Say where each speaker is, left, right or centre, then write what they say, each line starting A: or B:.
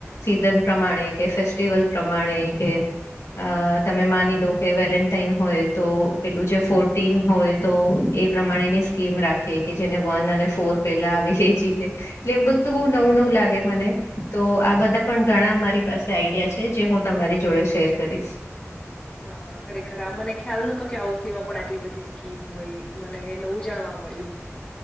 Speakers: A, on the left; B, on the left.
A: સીઝન પ્રમાણે કે, ફેસ્ટિવલ પ્રમાણે કે અ તમે માની લો કે વેલેન્ટાાઈન હોય તો પેલું જે ફોટીન હોય તો એ પ્રમાણેની સ્કીમ રાખે કે જેને વન અને ફોર પેલા આવે એ જીતે એટલે એવું બધું બઉ
B: હમ
A: નવું નવું લાગે મને. તો આ બધા પણ ઘણા મારી પાસે આઈડિયા છે જે હું તમારી જોડે શેર કરીશ.
B: હા હા ખરેખર આ મને ખ્યાલ નતો કે હાઉસીમાં પણ આટલી બધી સ્કીમ હોય મને એ નવું જાણવા મળ્યુ.